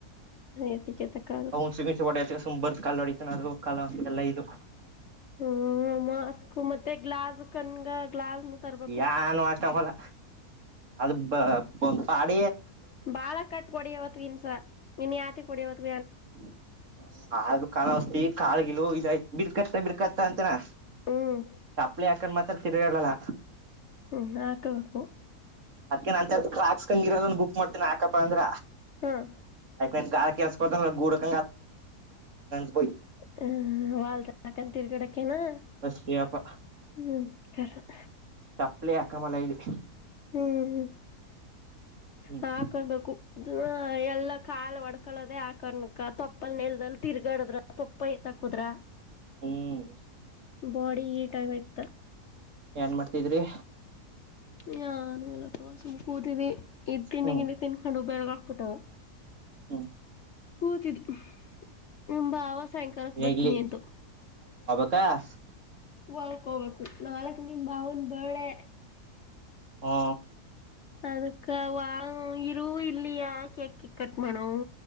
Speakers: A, on the left; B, on the right.
A: ಅದಕ್ಕೆ ತಕ್ಕ ಅದು
B: ಹಸಸಿ ಹೊಡತ ಸುಂಬರ್ ಕಾ ಹೊಡಿತಾನ ಅೂ ಕಾಲಲ್ಲ ಇದು
A: ಹ್ಮ ಮಾಸ್ಕ್ ಮತ್ತೆ ಗ್ಲಾಸ್ ಕನ್ಗ ಗ್ಲಾಸ್ನು ತರ್ಬೇಕು
B: ಯಾನು ಹಾಕವಲ್ಲ ಅದು ಬ ಪಾಡ
A: ಬಾಳ ಕಟ್ <unintelligible>
B: <unintelligible> <unintelligible> ಅಂತಾನಾ
A: ಹ್ಮ್
B: ಚಪ್ಲಿ ಹಾಕನ್ ಮಾತ್ರ ತಿರ್ಗಲಲ್ಲ
A: <unintelligible>
B: ಅದಕ್ಕ ಅಂತ ಟ್ರಾಸ್ ಕಂಗಿರೋದ್ ಬುಕ್ ಮಾಡ್ತೇನೆ ಹಾಕಪ್ಪ ಅಂದ್ರ
A: ಹ್ಮ್
B: ನನ್ ಏನ್ ಗಾರೆ ಕೆಲ್ಸಕ್ಕೆ <unintelligible>
A: ಹ್ಮ್ <unintelligible> ತಿರ್ಗಾದಕೇನು
B: ಅಷ್ಟೇಪ್ಪ
A: ಹ್ಮ್ <unintelligible>
B: ಚಪ್ಪಲಿ ಹಾಕಮಲ್ಲ ಇಲ್ಲಿ
A: ಹ್ಮ್
B: ಹ್ಮ್
A: ಹಾಕೊಬೇಕು ಎಲ್ಲ ಕಾಲ್ ಹೊಡ್ಕೊಳ್ಳದೆೇ ಆಕಣಕ್ಕ ತಪ್ಪಲ್ ನೆಲ್ದಲ್ಲಿ ತಿರ್ಗಾಡದ್ರ ತಪ್ಪತ ಕುದ್ರ
B: ಹ್ಮ್
A: ಬಾಡಿ ಹೀಟ್ ಆಗಯ್ತ
B: ಏನ್ ಮಾಡ್ತಿದ್ರಿ
A: ನ್ ಮೇಲೆ ಕಸಮ್ ಕೂತಿದ್ದಿ ಈ ತಿಂಡ
B: ಹ್ಮ್
A: ಗಿಂಡಿ ತಿನ್ಕಂಡು ಉಪಯರಗ ಹಾಕ್ಬಿಟ್ಟವ
B: ಹ್ಮ್
A: ಕೂತಿದಿ <inaudible> ನಿಮ್ಮ್ ಭಾವ ಸಾಯಂಕಾಲಕ್ ಬತನಿ
B: ಇಲ್ಲಿ
A: ಅಂತೂ
B: <unintelligible>
A: ಹೊಲಕ್ ಹೋಗ್ಬೇಕು ನಾಳೆಗೆ ನಿಮ್ಮ್ ಭಾವನಾ ಬರ್ತ್ಡೇ
B: ಹಾ
A: ಅದಕ್ಕ ಇರು ಇಲ್ಲಿಯ ಕೇಕ್ ಗಿಕ್ ಕಟ್ ಮಾಡವು